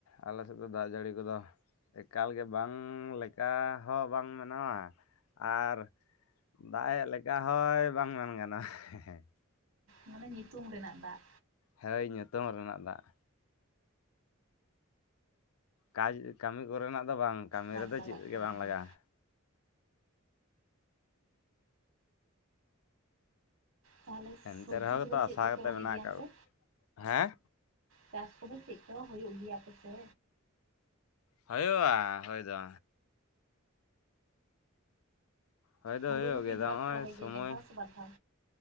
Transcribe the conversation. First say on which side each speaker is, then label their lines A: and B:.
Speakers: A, on the left; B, on the right.
A: ᱟᱞᱮ ᱥᱮᱫ ᱫᱚ ᱫᱟᱜ ᱡᱟᱹᱲᱤ ᱠᱚ ᱫᱚ ᱮᱠᱟᱞ ᱜᱮ ᱵᱟᱝ ᱞᱮᱠᱟ ᱦᱚᱸ ᱵᱟᱝ ᱢᱟᱱᱟᱣᱟ ᱟᱨ ᱫᱟᱜ ᱮᱱ ᱞᱮᱠᱟ ᱦᱚᱸ ᱵᱟᱝ ᱢᱮᱱ ᱜᱟᱱᱚᱜ-ᱟ ᱦᱮᱸ
B: ᱢᱟᱱᱮ ᱧᱩᱛᱩᱢ ᱨᱮᱱᱟᱜ ᱫᱟᱜ
A: ᱦᱳᱭ ᱧᱩᱛᱩᱢ ᱨᱮᱱᱟᱜ ᱫᱟᱜ ᱠᱟᱡᱽ ᱠᱟᱹᱢᱤ ᱠᱚ ᱨᱮᱱᱟᱜ ᱫᱚ ᱵᱟᱝ ᱠᱟᱹᱢᱤ
B: ᱵᱟᱝ
A: ᱨᱮᱫᱚ
B: ᱞᱟᱜᱟᱜ
A: ᱪᱮᱫ
B: ᱠᱟᱱᱟ
A: ᱜᱮ ᱵᱟᱝ
B: ᱦᱮᱸ
A: ᱞᱟᱜᱟᱜ-ᱟ
B: ᱛᱟᱦᱚᱞᱮ
A: ᱮᱱᱛᱮ
B: ᱥᱚᱵᱽᱡᱤ
A: ᱨᱮᱦᱚᱸ
B: ᱠᱚᱫᱚ
A: ᱜᱮᱛᱚ
B: ᱪᱮᱫ
A: ᱟᱥᱟ
B: ᱠᱚᱯᱮ
A: ᱠᱟᱛᱮ
B: ᱨᱚᱦᱚᱭ
A: ᱢᱮᱱᱟᱜ
B: ᱜᱮᱭᱟ
A: ᱟᱠᱟᱫ
B: ᱥᱮ
A: ᱦᱮᱸ
B: ᱪᱟᱥ ᱠᱚᱫᱚ ᱪᱮᱫ ᱠᱚᱦᱚᱸ ᱦᱩᱭᱩᱜ ᱜᱮᱭᱟ ᱯᱮ ᱥᱮ
A: ᱦᱳᱭᱳᱜᱼᱟ ᱦᱳᱭ ᱫᱚ ᱦᱳᱭ ᱫᱚ
B: ᱦᱩᱲᱩ
A: ᱦᱩᱭᱩᱜ
B: ᱛᱤᱱ
A: ᱜᱮᱭᱟ ᱫᱚ
B: ᱵᱟᱨ
A: ᱱᱚᱜᱼᱚᱭ
B: ᱯᱮ ᱨᱚᱦᱚᱭ
A: ᱥᱚᱢᱚᱭ
B: ᱜᱮᱭᱟ ᱢᱤᱫ ᱫᱷᱟᱣ ᱥᱮ ᱵᱟᱨ ᱫᱷᱟᱣ